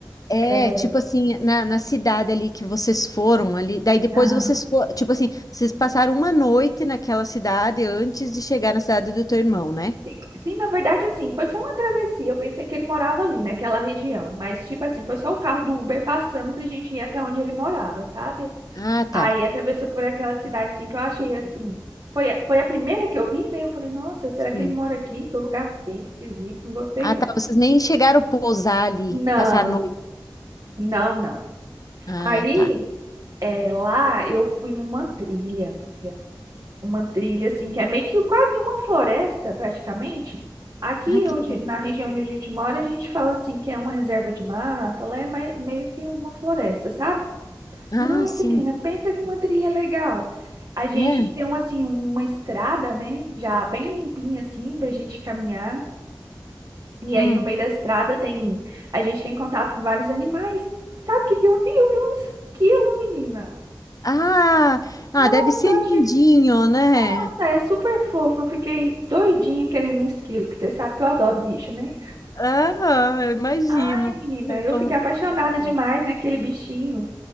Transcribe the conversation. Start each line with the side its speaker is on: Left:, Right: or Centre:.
Left: É,
Right: É,
Left: tipo assim, na, na cidade ali que vocês foram ali, daí depois
Right: aham.
Left: vocês foram, tipo assim, vocês passaram uma noite naquela cidade antes de chegar na cidade do teu irmão, né?
Right: Sim, sim, na verdade, assim, foi só uma travessia. Eu pensei que ele morava ali, naquela região, mas, tipo assim, foi só o carro do Uber passando pra gente ir até onde ele morava, sabe?
Left: Ah,
Right: Aí
Left: tá.
Right: atravessou por aquela cidade assim que eu achei assim. Foi a, foi a primeira que eu vi, né? Eu falei, nossa, será
Left: Sim.
Right: que ele mora aqui? Que lugar feio, esquisito, não gostei
Left: Ah,
Right: não.
Left: tá, vocês nem chegaram a pousar ali,
Right: Não,
Left: passar a noite.
Right: não, não.
Left: Ah,
Right: Aí
Left: tá.
Right: é, lá eu fui numa trilha, amiga. Uma trilha assim que é meio que quase uma floresta, praticamente. Aqui
Left: Ah, que
Right: onde,
Left: legal.
Right: na região onde a gente mora, a gente fala assim que é uma reserva de mata, lá é mai- meio que uma floresta, sabe?
Left: Ah,
Right: Nossa,
Left: sim.
Right: menina, pensa que uma trilha legal. A gente
Left: É.
Right: tem uma, assim, uma estrada, né? Já bem limpinha, assim, pra gente caminhar. E
Left: Hum.
Right: aí, no meio da estrada, tem... A gente tem contato com vários animais. Sabe o que que eu vi? Eu vi um esquilo, menina.
Left: Ah, ah,
Right: Nossa,
Left: deve ser
Right: eu
Left: lindinho,
Right: achei...
Left: né?
Right: Nossa, é super fofo. Eu fiquei doidinha querendo um esquilo, que você sabe que eu adoro bicho, né?
Left: Ah, imagino
Right: Ai, menina,
Left: <laughs>
Right: eu
Left: como
Right: fiquei
Left: que
Right: apaixonada
Left: você ficou.
Right: demais naquele bichinho.